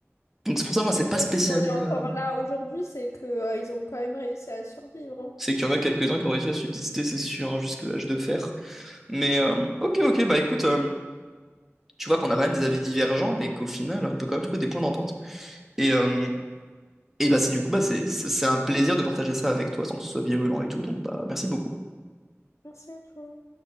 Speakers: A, in the centre; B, on the left.
A: Donc, c'est pour ça, moi, c'est
B: Mais
A: pas
B: bon,
A: spécialement.
B: si on est encore
A: euh,
B: là aujourd'hui, c'est que, euh, ils ont quand même réussi à survivre. hein.
A: C'est qu'il y en a quelques-uns qui ont réussi à subsister, c'est sûr, hein, jusque l'âge de fer. Mais euh, ok, ok, bah écoute, euh, tu vois qu'on a quand même des avis divergents, mais qu'au final, on peut quand même trouver des points d'entente. Et, euh, et bah c'est du coup, bah, c'est c'est- c'est un plaisir de partager ça avec toi, sans que ce soit virulent et tout, donc bah merci beaucoup.
B: Merci à toi.